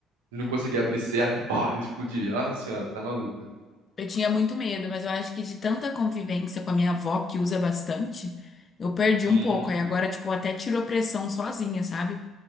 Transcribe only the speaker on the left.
Eu tinha muito medo, mas eu acho que de tanta convivência com a minha avó, que usa bastante, eu perdi
um pouco. Aí agora, tipo, até tirou pressão sozinha, sabe?